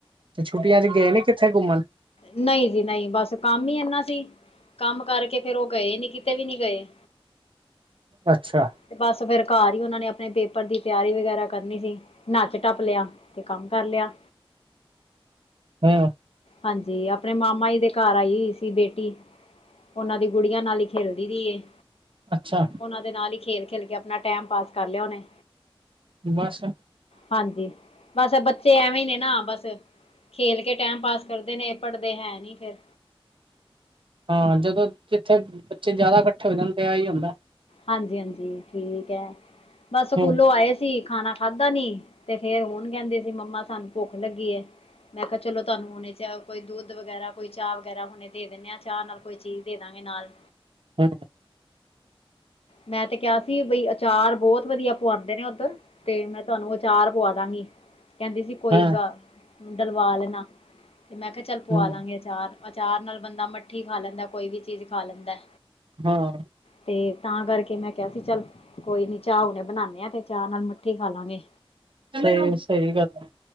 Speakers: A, on the right; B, on the left.
A: ਤੇ ਛੁੱਟੀਆਂ ਚ ਗਏ ਨੀ ਕਿੱਥੇ ਘੁੰਮਣ।
B: ਨਹੀਂ ਜੀ ਨਹੀਂ ਬਸ ਕੰਮ। ਮੰਮੀ ਏਨਾ ਦੀ, ਕੰਮ ਕਰਕੇ ਫੇਰ ਓ ਗਏ ਨੀ, ਕਿਤੇ ਵੀ ਨੀ ਗਏ।
A: ਅੱਛਾ।
B: ਤੇ ਬਸ ਫੇਰ, ਘਰ ਹੀ ਓਨਾਂ ਨੇ ਆਪਣੇ ਪੇਪਰ ਦੀ ਤਿਆਰੀ ਵਗੈਰਾ ਕਰਨੀ ਸੀ। ਨੱਚ ਟੱਪ ਲਿਆ, ਤੇ ਕੰਮ ਕਰ ਲਿਆ।
A: ਹੂੰ।
B: ਹਾਂਜੀ, ਆਪਣੇ ਮਾਮਾ ਦੇ ਘਰ ਆਈ। ਸੀ, ਬੇਟੀ ਓਨਾਂ ਦੀ ਗੁੜੀਆਂ ਨਾਲ ਹੀ ਖੇਲਦੀ ਰਹੀ ਏ।
A: ਅੱਛਾ।
B: ਓਨਾਂ ਦੇ ਨਾਲ ਹੀ ਖੇਲ-ਖੇਲ ਕੇ ਆਪਣਾ ਟੈਮ ਪਾਸ ਕਰ ਲਿਆ, ਓਨੇ।
A: ਬਸ
B: ਹਾਂਜੀ। ਬਸ ਬੱਚੇ ਐਵੇਂ ਹੀ ਨੇ ਨਾ, ਬਸ ਖੇਲ ਕੇ ਟਾਈਮ ਪਾਸ ਕਰਦੇ ਨੇ, ਪੜ੍ਹਦੇ ਹੈ ਨੀ ਫੇਰ
A: ਹਾਂ, ਜਦੋਂ ਜਿੱਥੇ ਬੱਚੇ ਜ਼ਿਆਦਾ ਇਕੱਠੇ ਹੋ ਜਾਣ ਤਾਂ ਆ ਹੀ ਹੁੰਦਾ।
B: ਹਾਂਜੀ-ਹਾਂਜੀ, ਠੀਕ ਹੈ, ਬਸ ਸਕੂਲੋਂ
A: ਹਮ
B: ਆਏ ਸੀ। ਖਾਣਾ ਖਾਧਾ ਨੀ ਤੇ ਫੇਰ ਹੁਣ ਕੈਹਦੇ ਸੀ, ਮੰਮਾ ਸਾਨੂੰ ਭੁੱਖ ਲੱਗੀ। ਮੈਂ ਕਿਹਾ ਚਲੋ, ਤੁਹਾਨੂੰ ਹੁਣੇ ਚ ਕੋਈ ਦੁੱਧ ਵਗੈਰਾ, ਕੋਈ ਚਾਹ ਵਗੈਰਾ ਹੁਣੇ। ਦੇ ਦਿੰਦੇ ਆਂ। ਚਾਹ ਨਾਲ, ਕੋਈ ਚੀਜ਼ ਦੇ ਦਾਂਗੇ ਨਾਲ।
A: ਹੂੰ।
B: ਮੈਂ ਤੇ ਕਿਹਾ ਸੀ ਬਈ, ਅਚਾਰ ਬੋਤ ਵਧੀਆ ਪਆਉਂਦੇ ਨੇ ਓਧਰ। ਤੇ ਮੈਂ ਤੁਹਾਨੂੰ ਆਚਾਰ ਪਵਾਦਾਂਗੀ। ਕੈਹਦੀ ਸੀ, ਕੋਈ
A: ਹਾਂ
B: ਨਾ ਡਲਵਾ ਲੈਣਾ ਤੇ ਮੈਂ ਕਿਹਾ ਚੱਲ ਪਵਾਲਾਂਗੇ।
A: ਹਮ
B: ਅਚਾਰ-ਅਚਾਰ, ਨਾਲ ਬੰਦਾ ਮੱਠੀ ਖਾ ਲੈਂਦਾ, ਕੋਈ ਵੀ ਚੀਜ਼ ਖਾ ਲੈਂਦਾ।
A: ਹਾਂ।
B: ਤੇ ਤਾਂ ਕਰਕੇ ਮੈਂ ਕਿਹਾ ਸੀ, ਚੱਲ ਕੋਈ ਨੀ ਚਾਹ ਹੁਣੇ ਬਣਾਨੇ ਆ, ਤੇ ਚਾਹ ਨਾਲ ਕੀ ਖਾਾਲਾਂਗੇ।
A: ਸਹੀ-ਸਹੀ ਗੱਲ ਆ।